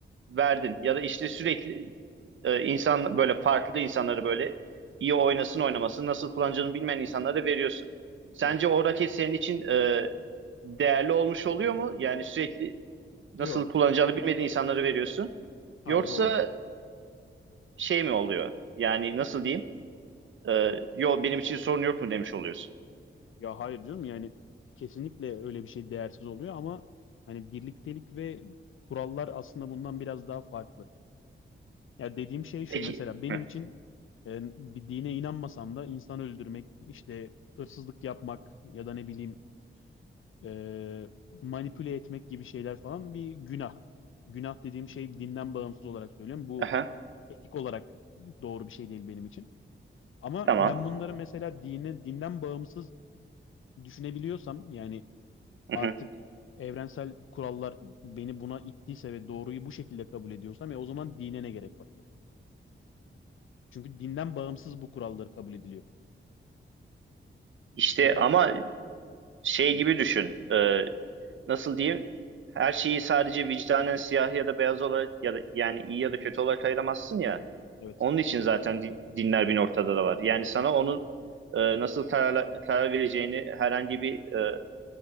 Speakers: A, on the right; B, on the left.
A: verdin. Ya da işte sürekli e, insan böyle farklı insanları böyle iyi oynasın oynamasın, nasıl kullanacağını bilmeyen insanlara da veriyorsun. Sence
B: evet.
A: o raket senin için e, değerli olmuş oluyor mu? Yani sürekli nasıl
B: Yok,
A: kullanacağını bilmediğin insanlara veriyorsun.
B: hayır
A: Yoksa
B: olmuyor.
A: şey mi oluyor? Yani nasıl diyeyim? Ee, yo benim için sorun yok mu demiş oluyorsun.
B: Ya hayır canım yani kesinlikle öyle bir şey değersiz oluyor ama hani birliktelik ve kurallar aslında bundan biraz daha farklı. Ya dediğim şey
A: Peki.
B: şu mesela benim
A: Hı.
B: için e, bir dine inanmasam da insan öldürmek, işte hırsızlık yapmak ya da ne bileyim e, manipüle etmek gibi şeyler falan bir günah. Günah dediğim şey dinden bağımsız olarak söylüyorum. Bu
A: Aha,
B: etik olarak doğru bir şey değil benim için. Ama
A: tamam.
B: ben bunları mesela dine, dinden bağımsız düşünebiliyorsam yani
A: Hı
B: artık
A: hı.
B: evrensel kurallar beni buna ittiyse ve doğruyu bu şekilde kabul ediyorsam ya o zaman dine ne gerek var? Çünkü dinden bağımsız bu kuralları kabul ediliyor.
A: İşte
B: Bu da
A: ama şey
B: Hı,
A: gibi düşün. Ee, nasıl diyeyim? Her şeyi sadece vicdanen siyah ya da beyaz olarak ya da yani iyi ya da kötü olarak ayıramazsın ya.
B: evet.
A: Onun için zaten di- dinler bin ortada da var. Yani sana onun e, nasıl karar, karar vereceğini herhangi bir e,